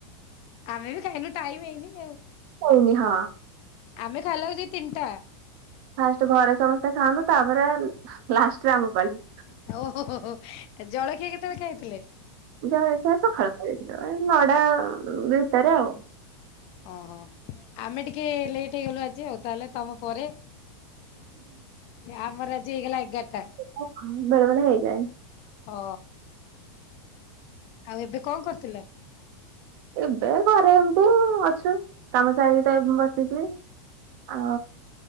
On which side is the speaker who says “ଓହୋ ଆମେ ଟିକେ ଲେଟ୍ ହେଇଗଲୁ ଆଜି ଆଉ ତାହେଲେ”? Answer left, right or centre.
Left